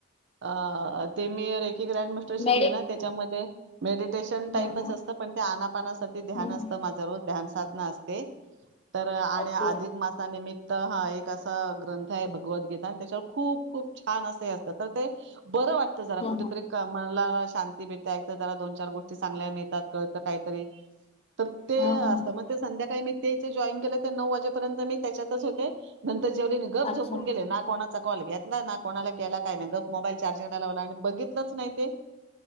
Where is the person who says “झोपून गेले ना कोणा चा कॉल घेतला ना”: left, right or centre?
Right